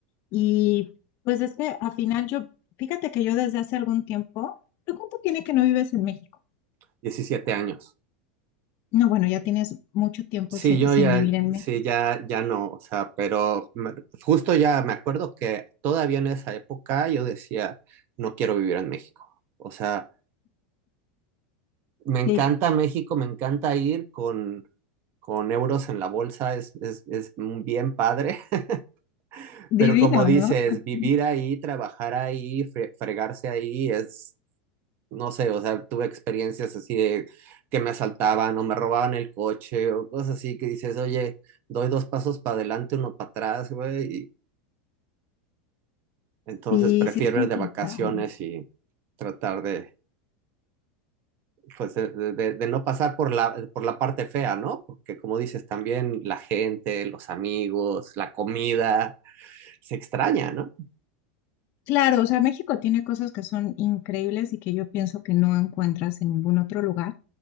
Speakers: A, on the left (about 45°); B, on the right (about 45°).
A: Y pues es que al final yo, fíjate que yo desde hace algún tiempo, ¿tú cuánto tiene que no vives en México?
B: 17 años.
A: No, bueno, ya tienes mucho tiempo
B: Sí,
A: si-
B: yo
A: sin
B: ya,
A: vivir en México.
B: sí, ya, ya no, o sea, pero me- justo ya me acuerdo que todavía en esa época yo decía, no quiero vivir en México. O sea, me encanta
A: Sí,
B: México, me encanta ir con, con euros en la bolsa, es, es, es bien padre, <laughs>
A: divino,
B: pero como dices,
A: ¿no? <laughs>
B: vivir ahí, trabajar ahí, fre- fregarse ahí, es, no sé, o sea, tuve experiencias así de que me asaltaban o me robaban el coche o cosas así que dices, oye, doy dos pasos para adelante, uno para atrás, güey, y entonces
A: Sí,
B: prefiero
A: sí es complicado.
B: ir de vacaciones y tratar de, pues, de, de- de no pasar por la, por la parte fea, ¿no? Porque como dices, también la gente, los amigos, la comida, se extraña, ¿no?
A: Claro, o sea, México tiene cosas que son increíbles y que yo pienso que no encuentras en ningún otro lugar.